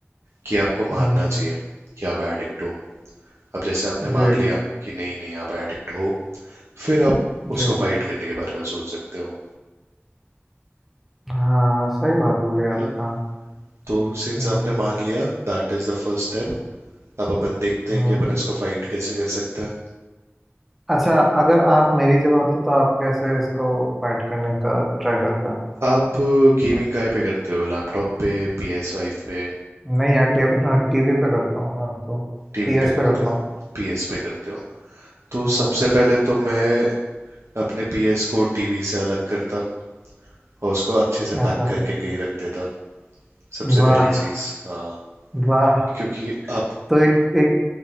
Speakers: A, on the right (about 75°); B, in the centre.
A: कि आपको
B: हम्म
A: मानना
B: हम्म,
A: चाहिए कि आप एडिक्ट हो अब जैसे आपने
B: जी
A: मान लिया कि नहीं नहीं आप एडिक्ट हो फिर आप
B: जी
A: उसको फाइट करने के बारे में सोच सकते हो
B: हाँ सही बात बोली
A: है
B: आपका
A: ना तो सिंस
B: हम्म
A: आपने मान लिया that is the first step अब अपन देखते
B: हम्म
A: हैं कि अपन इसको फाइट कैसे कर सकते हैं
B: अच्छा अगर आप मेरी जगह होते तो आप कैसे इसको फाइट करने का ट्राई करते
A: आप गेमिंग काय पे करते हो लैपटॉप पे पी एस फाइव पे
B: नहीं यार टीवी पे करता हूँ मैं तो
A: टीवी
B: पीएस
A: पे करते
B: पे करता
A: हो
B: हूँ
A: पी एस पे करते हो तो
B: हाँ
A: सबसे पहले तो मैं अपने पी एस को टीवी से अलग करता और उसको अच्छे से
B: अच्छा
A: पैक करके कहीं रख देता सबसे
B: वाह
A: पहली चीज़ हाँ
B: वाह
A: क्योंकि आप
B: तो एक एक